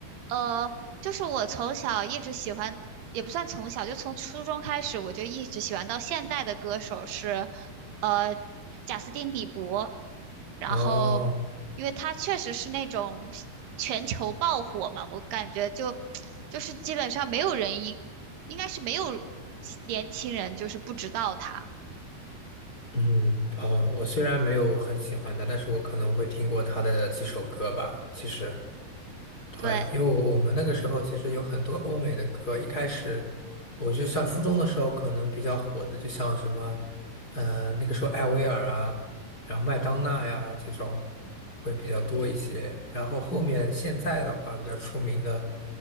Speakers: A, on the right; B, on the left.
A: 呃，就是我从小一直喜欢，也不算从小，就从初中开始，我就一直喜欢到现在的歌手是，呃，贾斯汀·比伯。然后，
B: 哦。
A: 因为他确实是那种全球爆火嘛，我感觉就 <tsk> 就是基本上没有人一，应该是没有年轻人就是不知道他。
B: 嗯，啊，我虽然没有很喜欢他，但是我可能会听过他的几首歌吧。其实，对，
A: 对，
B: 因为我们那个时候其实有很多欧美的歌，一开始我就得上初中的时候可能比较火的，就像什么，呃，那个时候艾薇儿啊，然后麦当娜呀这种会比较多一些。然后后面现在的话比较出名的，